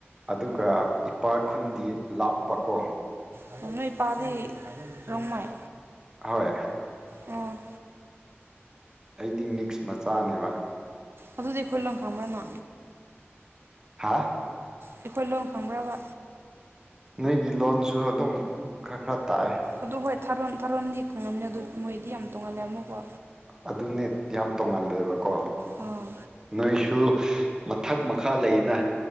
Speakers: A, on the right; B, on the right.
A: ꯑꯗꯨꯒ ꯏꯄꯥ ꯈꯨꯟꯗꯤ ꯂꯥꯞꯄꯀꯣ
B: ꯑꯗꯨꯅꯄꯥꯗꯤ ꯔꯅꯨꯡꯃꯥꯏ
A: ꯍꯣꯏ
B: ꯎꯝ
A: ꯑꯩꯗꯤ ꯃꯤꯛꯁ ꯃꯆꯥꯅꯦꯕ
B: ꯑꯗꯨꯗꯤ ꯑꯩꯈꯣꯏ ꯂꯪ ꯈꯪꯕ꯭ꯔꯥꯅ
A: ꯍꯥꯥ
B: ꯑꯩꯈꯣꯏ ꯂꯣꯟ ꯈꯪꯕ꯭ꯔꯕ
A: ꯅꯣꯏꯒꯤ ꯂꯣꯟꯁꯨ ꯑꯗꯨꯝ ꯈꯔ ꯈꯔ ꯇꯥꯏ
B: ꯑꯗꯨ ꯍꯣꯏ ꯊꯥꯔꯣꯟ ꯊꯥꯔꯣꯟꯗꯤ ꯈꯪꯉꯕꯅꯦ ꯑꯗꯨ ꯃꯣꯏꯗꯤ ꯌꯥꯝ ꯇꯣꯡꯍꯜꯂꯦ ꯑꯃꯣꯀꯣ
A: ꯑꯗꯨꯅꯦ ꯌꯥꯝ ꯇꯣꯡꯉꯜꯂꯦꯕꯀꯣ
B: ꯑꯥ
A: ꯅꯣꯏꯁꯨ ꯃꯊꯛ ꯃꯈꯥ ꯂꯩꯅ